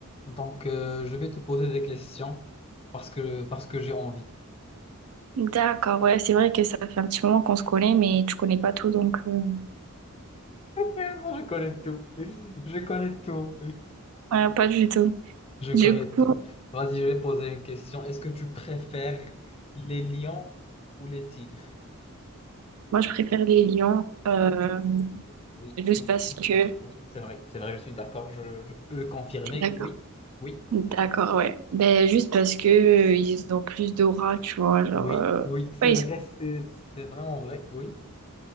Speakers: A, on the left (about 25°); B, on the right (about 75°).
A: Donc, euh, je vais te poser des questions parce que, parce que j'ai envie.
B: D'accord, ouais, c'est vrai que ça fait un petit moment qu'on se connaît, mais tu connais pas tout, donc euh,
A: Eh, Moi, je connais tout. <laughs> Je connais tout.
B: ouais, pas du tout.
A: Je
B: Du
A: connais
B: coup,
A: tout. Vas-y, je vais poser une question. Est-ce que tu préfères les lions ou les tigres?
B: moi, je préfère les lions, euh,
A: Oui, oui,
B: juste
A: oui,
B: parce
A: je
B: que...
A: suis d'accord. Oui, c'est vrai, c'est vrai, je suis d'accord. Je, je peux le confirmer.
B: T'es d'accord?
A: Oui, oui,
B: D'accord, ouais. Ben, juste parce que euh, ils ont plus d'aura, tu vois, genre...
A: oui,
B: euh,
A: oui, c'est
B: Ouais,
A: vrai,
B: ils sont-
A: c'est, c'est vraiment vrai. Oui.